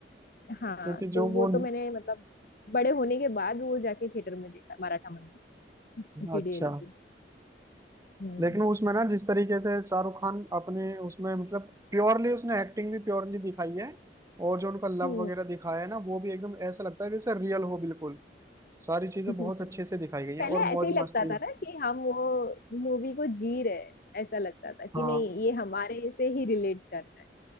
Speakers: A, on the left; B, on the right.
A: हाँ हाँ,
B: क्योंकि
A: तो
B: जो
A: वो
B: वो
A: तो मैंने मतलब बड़े होने के बाद वो जाके थिएटर में देखा मराठा मंदिर डीडीएलजे
B: अच्छा
A: हम्म
B: लेकिन उसमें ना जिस तरीके से शाहरुख खान अपने उसमें मतलब प्योरली उसने एक्टिंग भी प्योरली दिखाई है और जो उनका लव
A: हम्म
B: वगैरह दिखाया है ना वो भी एकदम ऐसा लगता है जैसे रियल हो बिल्कुल सारी चीजें
A: <laughs>
B: बहुत अच्छे से दिखाई गई हैं
A: पहले
B: और मौज
A: ऐसे ही लगता
B: मस्ती
A: था ना कि हम वो मूवी को जी रहे हैं ऐसा लगता था कि
B: हाँ
A: नहीं ये हमारे से ही रिलेट कर रहा है